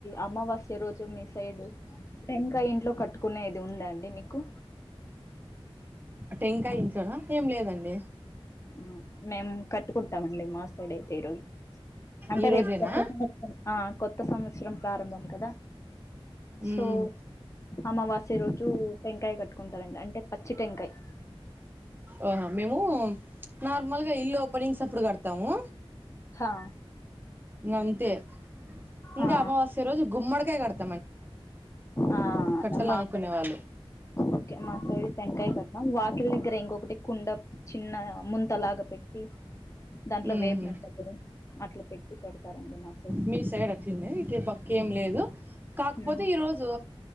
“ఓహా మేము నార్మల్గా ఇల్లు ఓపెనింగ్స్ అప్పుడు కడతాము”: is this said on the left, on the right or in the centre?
Right